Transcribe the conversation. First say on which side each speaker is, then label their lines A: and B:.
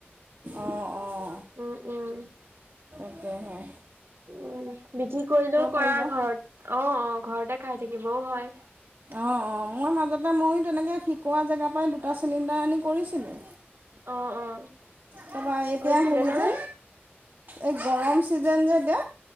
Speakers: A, on the right (about 55°); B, on the right (about 75°).
A: অ', অ'।
B: উম, উম।
A: তেতিয়াহে।
B: উম, বিক্ৰী কৰিলেও কৰা
A: পাৰিবা
B: ঘৰত। অ', অ', ঘৰতে খাই থাকিবও হয়।
A: অ', অ', মই মাজতে ময়ো তেনেকে শিকোৱা জেগাৰ পৰাই দুটা চিলিণ্ডাৰ আনি কৰিছিলোঁ
B: অ', - অ ',
A: তাৰপৰা এতিয়া
B: হৈছিলে
A: হেৰি
B: নহয়?
A: যে এই গৰম ছিজন যে এতিয়া